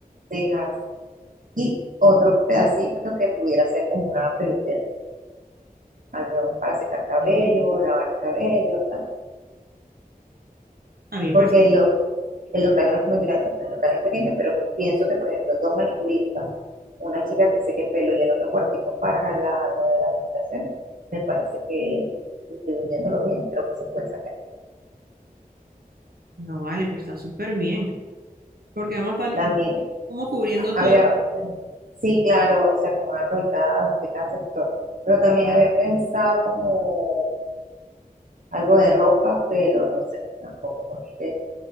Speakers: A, on the right (about 60°); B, on the right (about 85°).
A: cejas y otro pedacito que pudiera ser como una peluquera, algo para secar cabello,
B: Sí.
A: lavar cabello, tal.
B: A mí me
A: Porque
B: parece,
A: lo El local no es muy grande, pues, el local es pequeño, pero pienso que, por ejemplo, dos manicuristas, una chica que seque el pelo y el otro cuartico para la, lo de las depilaciones, me parece que distribuyéndolo bien, creo que se puede sacar.
B: no vale, pero está súper bien, porque vamos a estar
A: También
B: como cubriendo todo.
A: había, sí, claro, o sea, como algo de cada, de cada sector, pero también había pensado como algo de ropa, pero no sé, tampoco, porque es